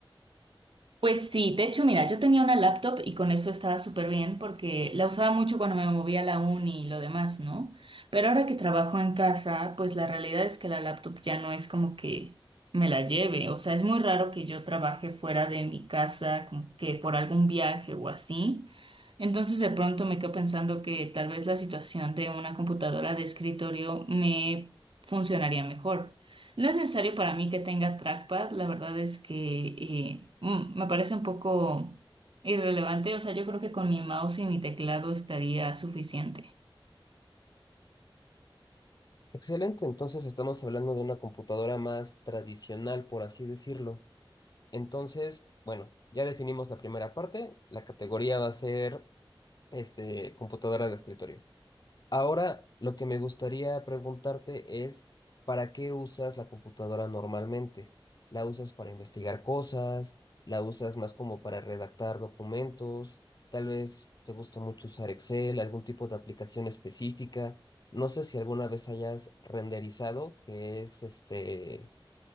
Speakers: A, on the right; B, on the left.
A: Pues sí, de hecho, mira, yo tenía una laptop y con eso estaba súper bien porque la usaba mucho cuando me movía a la uni y lo demás, ¿no? Pero ahora que trabajo en casa, pues la realidad es que la laptop ya no es como que me la lleve. O sea, es muy raro que yo trabaje fuera de mi casa, como que por algún viaje o así. Entonces de pronto me quedo pensando que tal vez la situación de una computadora de escritorio me funcionaría mejor. No es necesario para mí que tenga trackpad, la verdad es que eh, mm, me parece un poco irrelevante, o sea, yo creo que con mi mouse y mi teclado estaría suficiente.
B: Excelente, entonces estamos hablando de una computadora más tradicional, por así decirlo. Entonces, bueno, ya definimos la primera parte. La categoría va a ser este, computadora de escritorio. Ahora, lo que me gustaría preguntarte es, ¿para qué usas la computadora normalmente? ¿La usas para investigar cosas? ¿La usas más como para redactar documentos? Tal vez te gusta mucho usar Excel, algún tipo de aplicación específica. No sé si alguna vez hayas renderizado, que es este